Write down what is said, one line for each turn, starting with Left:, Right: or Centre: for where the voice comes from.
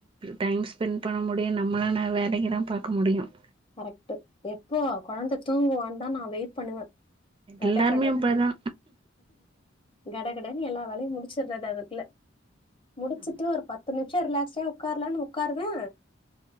Right: டைம் ஸ்பென்ட் பண்ண முடியும் நம்மளான வேலைகளை பாக்க முடியும்
Left: கரெக்ட்டு எப்போ கொழந்த தூங்குவான் தா நா வெயிட் பண்ணுவே வட
Right: எல்லாருமே
Left: கடவ்
Right: அப்டிதா
Left: கடகடன்னு எல்லா வேலையு முடிச்சறது அதக்குள்ள முடிச்சுட்டு
Right: ஆமா
Left: ஒரு பத்து நிமிஷ ரிலாக்ஸாடா உக்கார்லானு உக்காருவே